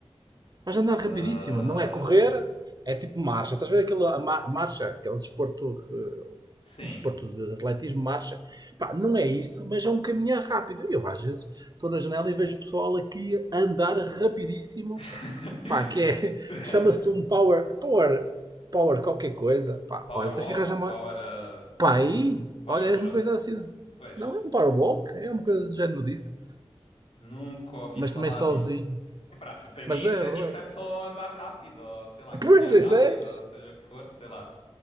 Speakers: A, on the right; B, on the left.
A: Mas andar
B: Ah,
A: rapidíssimo, não é correr, é tipo marcha. Estás a ver aquela a ma- marcha, aquele desporto, eh,
B: sim.
A: um desporto de atletismo, marcha. Pá, não é isso, mas é um caminhar rápido. Eu às vezes estou na janela e vejo pessoal aqui a andar rapidíssimo,
B: <laughs>
A: pá, que é, <laughs> chama-se um power, power, power qualquer coisa. Pá,
B: Power
A: olha, tens
B: walk,
A: que arranjar uma,
B: power, uh,
A: pá, aí,
B: power
A: olha, é
B: jog.
A: uma coisa assim.
B: Pois.
A: Não, é um power walk, é uma coisa do género disso,
B: Nunca ouvi
A: mas
B: falar
A: também sozinho.
B: disso. Epá, p- para
A: Mas
B: mim isso
A: é, é
B: é,
A: verdade.
B: isso é só andar rápido, ou sei lá,
A: <laughs>
B: caminhar
A: Pois, isso
B: rápido,
A: é.
B: ou seja o que for, sei lá.